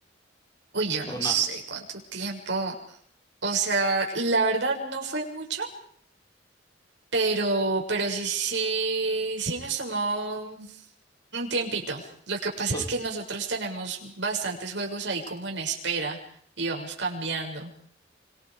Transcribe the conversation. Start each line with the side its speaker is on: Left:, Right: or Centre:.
Right: Uy, yo
Left: O
Right: no
Left: nada.
Right: sé cuánto tiempo. O sea, la verdad no fue mucho, pero, pero sí, sí, sí nos tomó un tiempito. Lo que pasa
Left: Pues,
Right: es que nosotros tenemos bastantes juegos ahí como en espera y vamos cambiando.